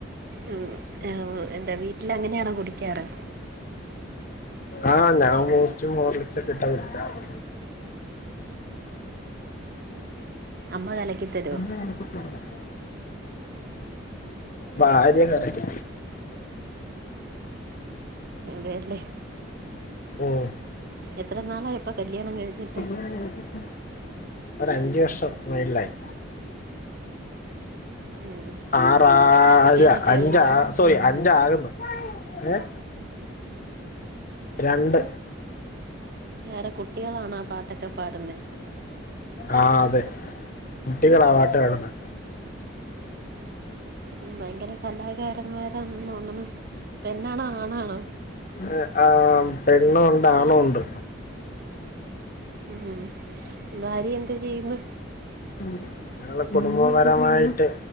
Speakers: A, on the right; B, on the left.
A: ഉം ആഹ് എന്താ വീട്ടിലങ്ങനെയാണോ കുടിക്കാറ്
B: ആഹ് ഞാൻ ബൂസ്റ്റും ഹോർലിക്സൊക്കെ ഇട്ടാ കുടിക്കാറ്
A: അമ്മ കലക്കി തരുവോ
B: എന്ത <inaudible> ഭാര്യ കറക്ക <unintelligible>
A: അതേ അല്ലേ
B: <inaudible> ഉം
A: എത്ര നാളായി ഇപ്പൊ കല്ല്യാണം കഴിഞ്ഞിട്ട്
B: <unintelligible> ഒരഞ്ചു വർഷം മേളിലായി
A: ഉം
B: ആറാല
A: കുട്ടികളൊക്കെ
B: അഞ്ചാ
A: ഉണ്ടോ
B: സോറി അഞ്ചാകുന്ന് ഏഹ് രണ്ട്
A: <unintelligible> ആരാ കുട്ടികളാണോ ആ പാട്ടൊക്കെ പാടുന്നേ
B: ആഹ് അതേ കുട്ടികളാ പാട്ട് പാടുന്നേ
A: ഉം ഭയങ്കര കലാകാരന്മാരാണെന്ന് തോന്നുണു പെണ്ണാണോ ആണാണോ
B: ഏഹ് ആഹ് പെണ്ണുവുണ്ട് ആണുവുണ്ട്
A: ഉം ഉം ഭാര്യ എന്ത് ചെയ്യുന്നു
B: ഉം ഞങ്ങള് കുടുംബപരമായിട്ട്